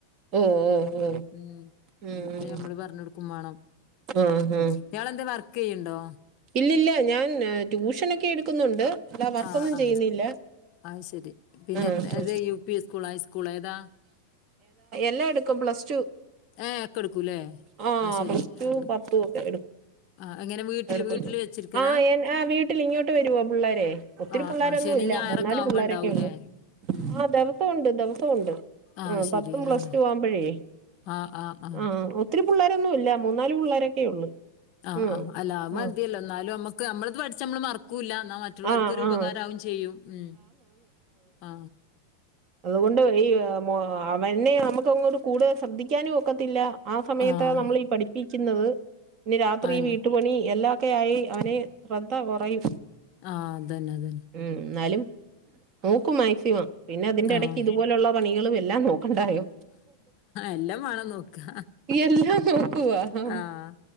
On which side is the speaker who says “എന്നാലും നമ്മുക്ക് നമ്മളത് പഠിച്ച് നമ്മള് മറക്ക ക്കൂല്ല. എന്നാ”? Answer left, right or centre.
Left